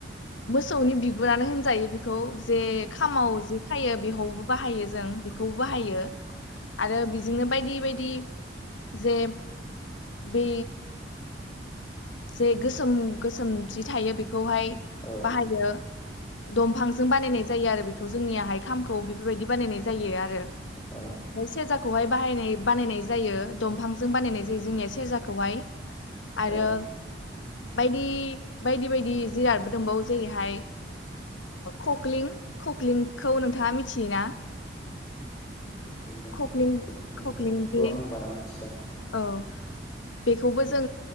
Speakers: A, on the left; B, on the left.
A: मोसौनि बिगुरानो होनजायो बेखौ जे खामाव जे खायो बेबो बाहायो जों बेखौबो बाहायो आरो बिजोंनो बायदि बायदि जे बै जे गोसोम गोसोम जि थायो बेखौहाय
B: औ
A: बाहायो। दंफांजों बानायनाय जायो आरो बेखौ जोंनिहाय खामखौ बेफोरबायदि बानायनाय जायो आरो।
B: औ
A: सेजाखौहाय बाहायनाय बानायनाय जायो दंफांजों बानायनाय जायो जोंनिया सेरजाखौहाय। आरो
B: औ
A: बायदि बायदि बायदि जिरादबो दंबावो जेरैहाय ककलिं ककलिंखौ नोंथाङा मिथियोना।
B: कुकिलिं
A: खख्लिं
B: कुकिलिंखौथ'
A: खख्लिं जे
B: आं बारा मिथिला। नोंथां
A: औ। बेखौबो जों